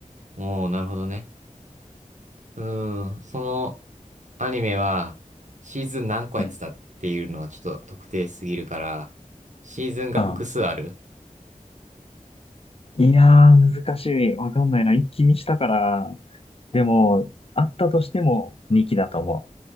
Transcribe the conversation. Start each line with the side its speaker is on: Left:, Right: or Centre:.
Right: おー、なるほどね。うーん、そのアニメはシーズン何個やってたっていうのはちょっと特定すぎるから、
Left: うん。
Right: シーズンが複数ある
Left: あいやー、難しい。わかんないな。一気にしたから。でも、あったとしても2期だと思う。